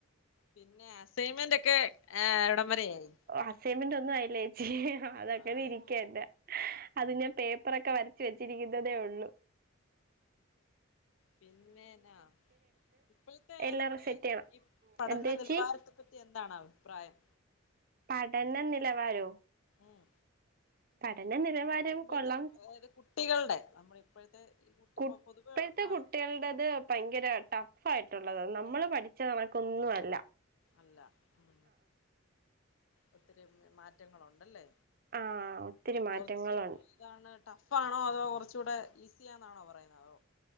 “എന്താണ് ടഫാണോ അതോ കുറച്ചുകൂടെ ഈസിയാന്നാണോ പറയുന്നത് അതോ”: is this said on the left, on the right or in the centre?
Left